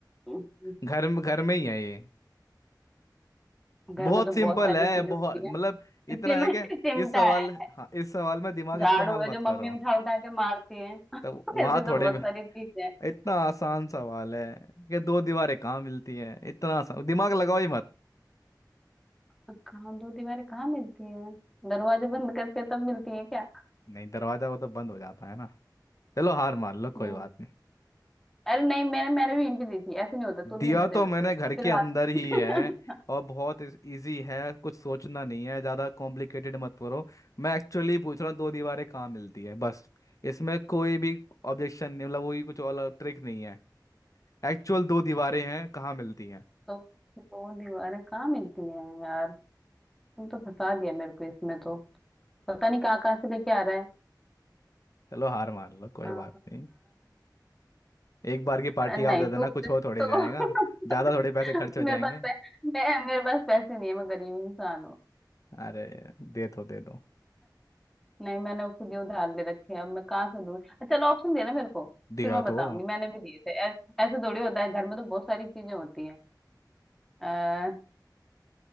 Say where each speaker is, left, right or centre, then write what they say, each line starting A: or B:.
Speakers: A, in the centre; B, on the left.
A: हम्म,
B: घर में घर में ही है ये
A: घर
B: बहुत
A: में तो
B: सिंपल
A: बहुत सारी
B: है
A: चीजें
B: बहुत
A: होती
B: मतलब
A: हैं
B: इतना
A: चिम-
B: है
A: <laughs>
B: कि
A: चिमटा
B: इस सवाल
A: है
B: हाँ इस सवाल में दिमाग
A: झाड़ू
B: इस्तेमाल
A: है
B: मत
A: जो मम्मी
B: करो
A: उठा उठा के मारती है <laughs> ऐसे
B: तो वहां
A: तो
B: थोड़े
A: बहुत
B: में
A: सारी चीजें
B: इतना आसान सवाल है कि दो दीवारें कहाँ मिलती है इतना आसान दिमाग लगाओ ही मत
A: कहाँ दो दीवारें कहाँ मिलती है दरवाजे बंद करते हैं तब मिलती है क्या
B: नहीं दरवाजा वो तो बंद हो जाता है ना चलो हार मान लो
A: हम्म
B: कोई बात
A: अरे नहीं मैंने मैंने भी हिंट दी थी ऐसे नहीं होता तू भी
B: दिया
A: हिंट दे
B: तो
A: मेरे
B: मैंने
A: को फिर
B: घर के अंदर
A: हार
B: ही है
A: <laughs>
B: और बहुत इजी है कुछ सोचना नहीं है ज़्यादा कॉम्प्लिकेटेड मत करो मैं एक्चुअली पूछ रहा हूँ दो दीवारें कहाँ मिलती है बस इसमें कोई भी ऑब्जेक्शन नहीं मतलब वही कुछ और ट्रिक नहीं है एक्चुअल दो दीवारें हैं कहाँ मिलती हैं
A: तो दो दीवारें कहाँ मिलती हैं यार तुम तो फंसा दिया मेरे को इसमें तो पता नहीं कहाँ कहाँ से लेके आ रहा है
B: चलो हार मान लो कोई
A: आ,
B: बात नहीं एक बार की पार्टी
A: आ, नहीं
B: आप दे देना
A: तू
B: कुछ हो थोड़ी
A: तो
B: जाएगा
A: <laughs>
B: ज़्यादा थोड़े पैसे खर्च हो
A: मेरे
B: जाएंगे
A: पास पै- मैं मेरे पास पैसे नहीं है मैं गरीब इंसान हूँ
B: अरे दे दो दे दो
A: नहीं मैंने खुद ही उधार ले रखे हैं अब मैं कहाँ से दूँ चलो ऑप्शन देना मेरे को
B: दिया
A: फिर मैं बताऊंगी
B: तो
A: मैंने भी दिए थे ऐ- ऐसे थोड़ी होता है घर में तो बहुत सारी चीजें होती हैं अः